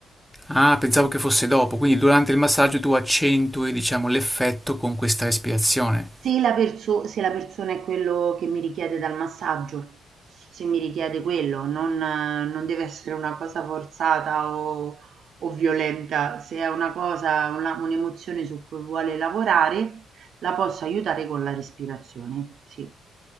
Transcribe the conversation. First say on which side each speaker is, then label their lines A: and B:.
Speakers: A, in the centre; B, on the right (about 65°).
A: Ah, pensavo che fosse dopo, quindi durante il massaggio tu accentui, diciamo, l'effetto con questa respirazione.
B: Se la perso se la persona è quello che mi richiede dal massaggio, se mi richiede quello, non eh, non deve essere una cosa forzata o o violenta. Se è una cosa una un'emozione su cui vuole lavorare, la posso aiutare con la respirazione, sì.